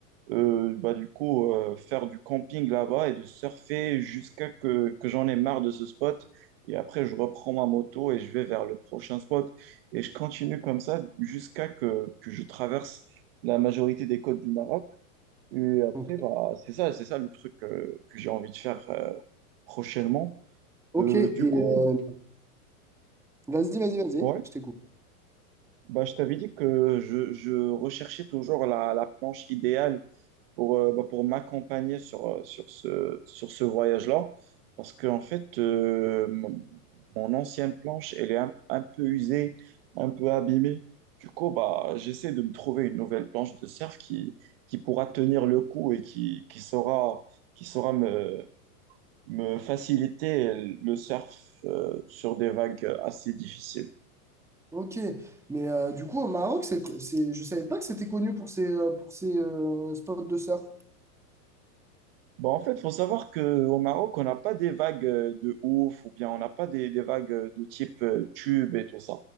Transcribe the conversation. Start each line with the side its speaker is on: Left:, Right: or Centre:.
Right: Euh, bah, du coup, euh, faire du camping là-bas et de surfer jusqu'à que, que j'en ai marre de ce spot. Et après, je reprends ma moto et je vais vers le prochain spot. Et je continue comme ça jusqu'à que, que je traverse la majorité des côtes du Maroc. Et après,
Centre: Ok.
Right: bah, c'est ça, c'est ça le truc euh, que j'ai envie de faire euh, prochainement.
Centre: Ok.
Right: Euh,
Centre: Et
Right: du coup,
Centre: euh, vas-y, vas-y, vas-y,
Right: ouais.
Centre: je t'écoute.
Right: Bah, je t'avais dit que je, je recherchais toujours la, la planche idéale pour, euh, bah, pour m'accompagner sur, euh, sur ce, sur ce voyage-là. Parce qu'en fait, euh, mon mon ancienne planche, elle est un, un peu usée, un peu abîmée. Du coup, bah, j'essaie de me trouver une nouvelle planche de surf qui, qui pourra tenir le coup et qui, qui saura, qui saura me, me faciliter le surf, euh, sur des vagues assez difficiles.
Centre: Ok, mais euh, du coup au Maroc, c'est, c'est, je savais pas que c'était connu pour ses, euh, pour ses euh, spots de surf.
Right: Bon, en fait, il faut savoir qu'au Maroc, on n'a pas des vagues euh, de ouf ou bien on n'a pas des, des vagues euh, de type euh, tube et tout ça.